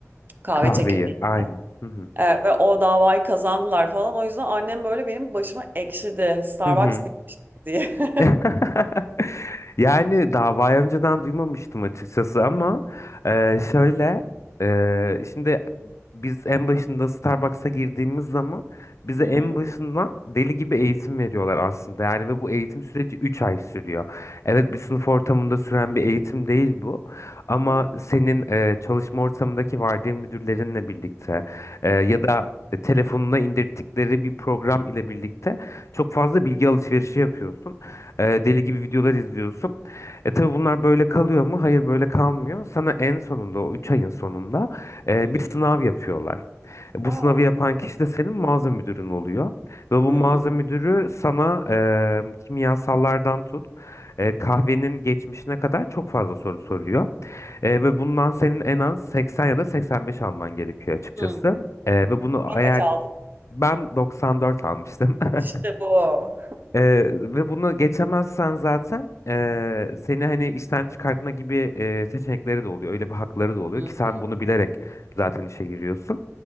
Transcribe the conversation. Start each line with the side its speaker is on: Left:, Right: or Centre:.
Right: kahve
Left: Kahveyi.
Right: çekirdeği.
Left: Aynı. Hı hı.
Right: Ee, ve o davayı kazandılar falan. O yüzden annem böyle benim başıma ekşidi. Starbucks
Left: Hı hı.
Right: bitmişti diye. <laughs>
Left: <laughs> Yani davayı önceden duymamıştım açıkçası ama e, şöyle e, şimdi biz en başında Starbucks'a girdiğimiz zaman bize
Right: Hı
Left: en
Right: hı.
Left: başından deli gibi eğitim veriyorlar aslında. Yani ve bu eğitim süreci 3 ay sürüyor. Evet bir sınıf ortamında süren bir eğitim değil bu ama
Right: Hı hı.
Left: senin e, çalışma ortamındaki vardiya müdürlerinle birlikte e, ya
Right: Hı hı.
Left: da telefonuna indirttikleri bir program ile birlikte çok fazla bilgi alışverişi yapıyorsun. E, deli gibi videolar izliyorsun. E tabii bunlar böyle kalıyor mu? Hayır böyle kalmıyor. Sana en sonunda o üç ayın sonunda e,
Right: Hı hı.
Left: bir sınav yapıyorlar. E,
Right: Aa.
Left: bu sınavı yapan kişi de senin mağaza müdürün oluyor. Ve bu
Right: Hı.
Left: mağaza müdürü sana e, kimyasallardan tut e, kahvenin geçmişine kadar çok fazla soru soruyor. E, ve bundan senin en az 80 ya da 85 alman gerekiyor açıkçası.
Right: Hı.
Left: E, ve bunu
Right: Sen
Left: eğer
Right: kaç aldın?
Left: ben 94 almıştım. <laughs>
Right: İşte bu. o.
Left: Ee, ve bunu geçemezsen zaten ee, seni hani işten çıkartma gibi ee, seçenekleri de oluyor. Öyle bir hakları da oluyor
Right: Hı
Left: ki
Right: Hı
Left: sen bunu bilerek zaten işe giriyorsun.